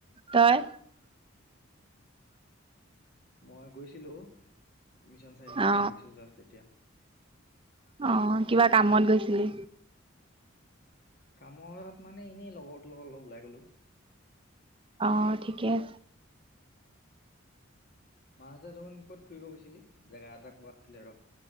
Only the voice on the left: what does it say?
মই গৈছিলো মিছন চাৰিআলিৰ ফালে
আহিছো জাষ্ট এতিয়া
কামত মানে এনেই লগৰটো লগৰ অলপ ওলাই গলো
মাজতে দেখোন ক'ত ফুৰিব গৈছিলি জেগা এটা কোৱা আছিলে ৰ